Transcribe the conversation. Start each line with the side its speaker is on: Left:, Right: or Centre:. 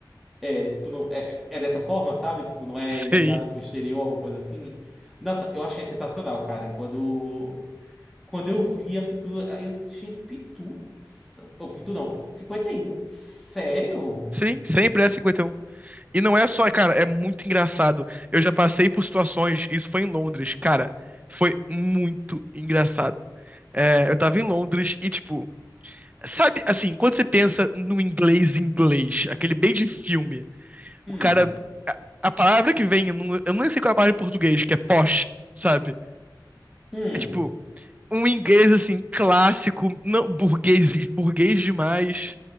Centre: é, tipo, não, é, é dessa forma, sabe? Tipo, não é
Right: Sim,
Centre: enviada pro exterior, alguma coisa assim. Nossa, eu achei sensacional, cara. Quando, quando eu vi a Pitu, eu, gente, Pitu? Ou Pitu não, cinquenta e um Sério?
Right: sim, sempre é 51. E um. E não é só, cara, é muito engraçado. Eu já passei por situações, isso foi em Londres, cara, foi muito engraçado. É, eu tava em Londres e, tipo, sabe, assim, quando você pensa no inglês inglês, aquele bem de filme.
Centre: Hum,
Right: O cara. A, a palavra que vem, eu não, eu nem sei qual é a palavra em português, que é posh, sabe?
Centre: hum.
Right: É tipo, um inglês assim, clássico, não, burguês, burguês demais.